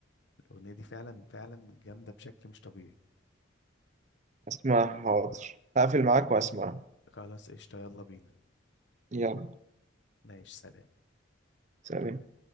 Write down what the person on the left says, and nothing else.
الأغنية دي فعلا فعلا جامدة بشكل مش طبيعي
خلاص قشطة يلا بينا
ماشي سلام